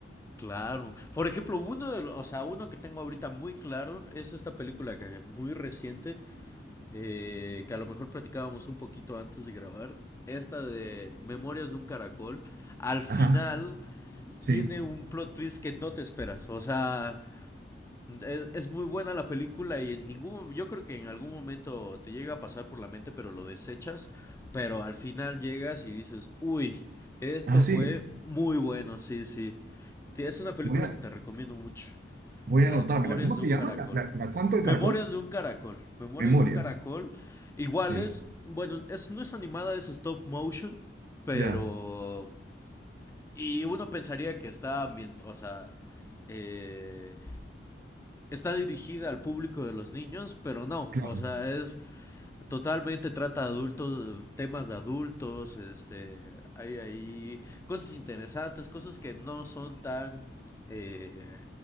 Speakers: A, on the left (about 15°); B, on the right (about 50°).
A: Claro. Por ejemplo, uno de los, o sea, uno que tengo ahorita muy claro es esta película que muy reciente, eh, que a lo mejor platicábamos un poquito antes de grabar, esta de Memorias de un Caracol. Al final
B: ajá, sí.
A: tiene un plot twist que no te esperas. O sea, Es, es muy buena la película y en ningún, yo creo que en algún momento te llega a pasar por la mente, pero lo desechas, pero al final llegas y dices, uy, esto
B: Ah, sí,
A: fue muy bueno, sí, sí. Te- Es una película
B: voy a,
A: que te recomiendo mucho,
B: voy
A: la
B: a anotármela.
A: de Memorias
B: ¿Cómo
A: de
B: se
A: un
B: llama?
A: Caracol.
B: ¿La, la, la cuánto del
A: Memorias
B: caracol?
A: de un Caracol, Memorias
B: Memorias,
A: de un Caracol. Igual
B: sí,
A: es, bueno, es, no es animada, es stop motion, pero...
B: ya,
A: Y uno pensaría que está ambient, o sea, eh, está dirigida al público de los niños, pero no,
B: claro.
A: o sea, es totalmente trata adultos, temas de adultos, este, hay ahí cosas interesantes, cosas que no son tan eh,